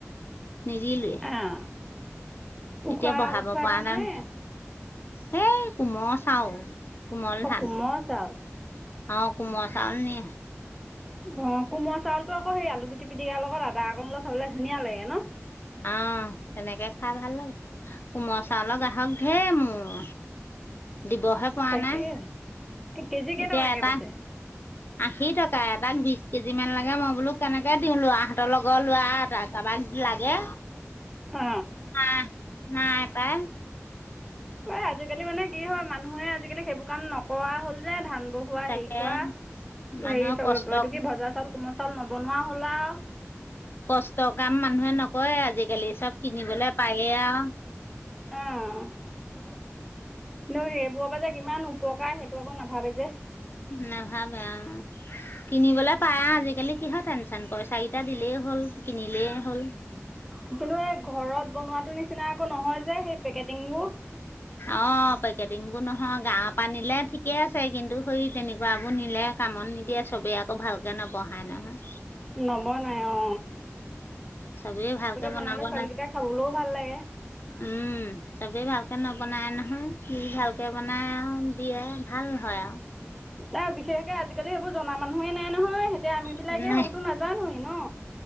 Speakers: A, on the left; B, in the centre.
A: নিদিলোৱে
B: অঁ উখোৱা
A: এতিয়া বহাব
B: উখোৱা
A: পৰা
B: ধাননে
A: নাম। হে কোমল চাউল। কোমল
B: অ
A: ধান
B: কোমল চাউল।
A: অ কোমল চাউল নিয়ে।
B: অ কোমল চাউলটো আক সেই আলুগুটি পিটিকাৰ লগত আধা অকণ লগ খাবলে ধুনীয়া লাগে ন।
A: আহ তেনেকে খাই ভাল লাগে। কোমল চাউলৰ গ্ৰাহক ধেৰ মোৰ।
B: <inaudible>
A: দিবহে পোৱা
B: তাকে
A: নাই।
B: কেজি কেইটকাকে
A: এতিয়া এটা
B: বেচে?
A: আশী টকা। এ তাক বিথ কেজি মান লাগে মই বোলো কেনেকে দিওঁ ল'ৰাহঁতৰ লগৰ লৰা এটাক কবাক <unintelligible> লাগে।
B: অ।
A: নাই নাই পাই।
B: অ আজিকালি মানে কি হয় মানুহে আজিকালি সেইবোৰ কাম নকৰা হ'ল যে ধান বহোৱা
A: তাকে
B: হেৰি কৰা
A: মানুহৰ
B: হেৰি চ
A: কষ্ট
B: এইটো কি ভজা চাউল কোমল চাউল নবনোৱা হ'লা আও।
A: কষ্টৰ কাম মানুহে নকৰে আজিকালি চব কিনিবলে পায়ে আ।
B: অহ। ল সেইবোৰ পৰা কিমান উপকাৰ সেইটো আকৌ নাভাবে যে।
A: নাভাবে আও কিনিবলে পাই আজিকালি কিহৰ টেনচন পইচা কিটা দিলেই হ'ল কিনিলেই হ'ল
B: কিন্তু এই ঘৰত বনোৱাটো নিচিনা আকৌ নহয় যে সেই পেকেটিংবোৰ
A: অ পেকেটিং বোৰ নহয় গাঁৱৰ পৰা নিলে ঠিকে আছে কিন্তু হৌই তেনেকুৱাবোৰ নিলে কামত নিদিয়ে চবেই আকৌ ভালকে নবহায় নহয়
B: নবনাই অ
A: চবে ভালকে বনাব
B: বনালে চাউলকেইটা
A: নাজ
B: খাবলৈও ভাল লাগে
A: উম চবেই ভাল কে নবনাই নহয় দি ভালকে বনাই আৰু দিয়ে ভাল হয় আও
B: নাই বিশেষকে আজিকালি সেইবোৰ জনা মানুহেই নাই নহয় এতিয়া আমি
A: আৰু
B: বিলাকে
A: নাই
B: সেইবোৰতো নাজানোৱেই ন